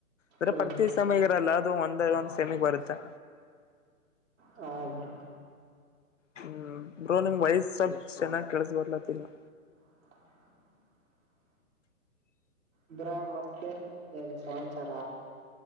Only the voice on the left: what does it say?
ಆದ್ರೆ
ಪ್ರರ್ತಿ ಸಮಯ ಇರಲ್ಲ ಅದು ಒಂದೇ ಒಂದ ಸೆಮಿಗ್ ಬರುತ್ತೆ
ಹ್ಮ್ ಬ್ರೋ ನಿಂಗ್ ವಯ್ಸ್ ಸ್ವಲ್ಪ್ ಚೆನ್ನಾಗ್ ಕೆಳಸ ಬರ್ಲತ್ತನ್ನ